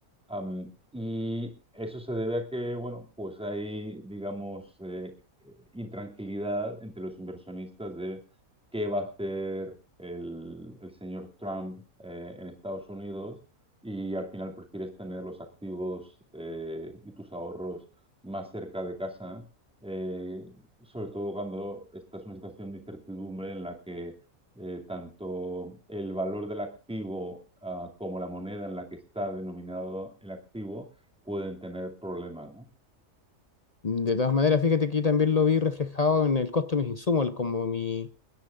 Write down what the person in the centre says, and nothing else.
Am, y eso se debe a que, bueno, pues hay, digamos, eh, eh, intranquilidad entre los inversionistas de qué va a hacer el, el señor Trump eh, en Estados Unidos y al final prefieres tener los activos eh, y tus ahorros más cerca de casa, eh, sobre todo cuando estás en una situación de incertidumbre en la que eh, tanto el valor del activo ah, como la moneda en la que está denominado el activo pueden tener problemas, ¿no?